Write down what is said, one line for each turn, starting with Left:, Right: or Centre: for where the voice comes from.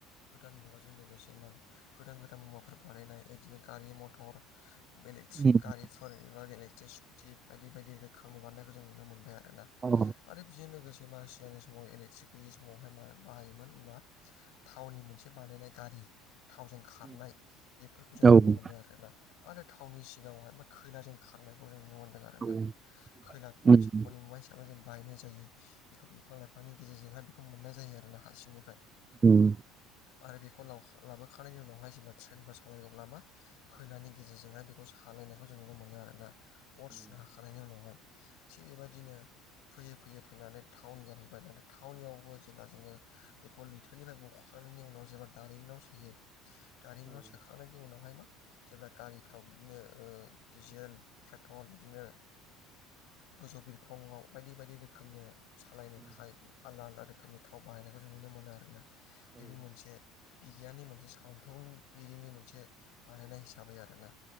Left: गोदान मुवाजों लोगोसे मा गोदान गोदान मुवाफोर बानायनाय बिदिनो गारि मथर इलेकट्रिक
Right: उम
Left: गारिफोर एबा इलेकट्रिक स्कुटि बायदि बायदि रोखोमनि बानायनायखौ जों नुनो मोनबाय आरो ना
Right: औ
Left: आरो बेजों लोगोसे मा सिगांनि समाव इलेकट्रिक गैयि समावहाय मा बाहायोमोन होनब्ला थावनि मोनसे बानायनाय गारि थावजों खारनाय बेफोरखौ जों नुनो
Right: उम
Left: मोन्दों
Right: औ
Left: आरोना आरो थावनि सिगाङावहाय बा खैलाजों खारनायखौ जों नुनो मोनदों आरो ना
Right: औ
Left: खैलाखौ
Right: नोंनि
Left: मोनसे खनि मुवा हिसाबै जों बायनाय जायो बेखौ बिफां लाइफांनि गेजेरजोंहाय बेखौ मोननाय जायो आरो ना हा सिंनिफ्राय
Right: उम
Left: आरो बेखौ लाव लाबोखांनायनि उनावहाय जेब्ला ट्रेनखौ सालायो अब्ला मा खैलानि गेजेरजोंहाय बेखौ सालायनायखौ जों नुनो मोनो आरोना अर सुनो हाखांनायनायनि उनावहाय थिग बेबादिनो फैयै फैयै फैनानै थावनि जाहैबाय दाना थावनियावबो जेब्ला जोङो बे बेखौ लैथोनिफ्राय बोखांनायनि उनाव जेब्ला दारिमिनाव सोयो दारिमिनाव सोखांनायनि उनावहाय मा जेब्ला गारिफ्राव बिदिनो डिजेल पेट्रल बिदिनो गोजौ बिरखंआव बायदि बायदि रोखोमनि सालायनो थाखाय आलदा आलदा रोखोमनि थाव बाहायनायखौ जों नुनो मोनो आरोना बेबो मोनसे बिगियाननि मोनसे सानथौगिरिनि मोनसे बानायनाय हिसाबै आरोना